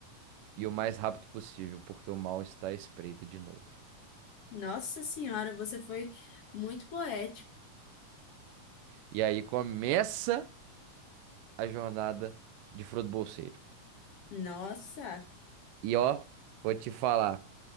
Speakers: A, on the right; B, on the left.
A: E o mais rápido possível, porque o mal está à espreita de novo.
B: Nossa senhora, você foi muito poético.
A: E aí começa a jornada de Frodo Bolseiro.
B: Nossa,
A: E ó, vou te falar.